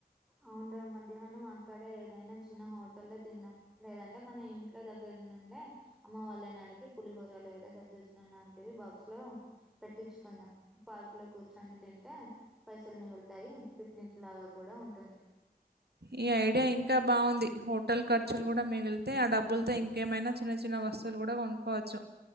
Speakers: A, in the centre; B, on the right.
A: అవును రా మధ్యాహ్నం అక్కడే ఏదైనా చిన్న హోటల్లో తిందాం లేదంటే మన ఇంట్లో దగ్గర నుండే అమ్మ వాళ్ళని అడిగి పులిహోర లేదా దద్దోజినం లాంటివి బాక్స్ లో పెట్టించుకుందాం పార్క్ లో కూర్చొని తింటే పైసలు మిగులుతాయి పిక్నిక్ లాగా కూడా ఉంటుంది
B: ఈ ఐడియా ఇంకా బావుంది హోటల్ ఖర్చులు కూడా మిగిలితే ఆ డబ్బులతో ఇంకేమైనా చిన్న చిన్న వస్తు లు కూడా కొనుకోవచ్చు